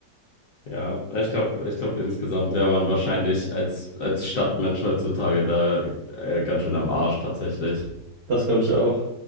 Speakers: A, on the left (about 60°); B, on the right (about 70°).
A: Ja, ich glaube, ich glaube, insgesamt wäre man wahrscheinlich als, als Stadtmensch heutzutage da äh, ganz schön am Arsch tatsächlich.
B: Das glaube ich auch.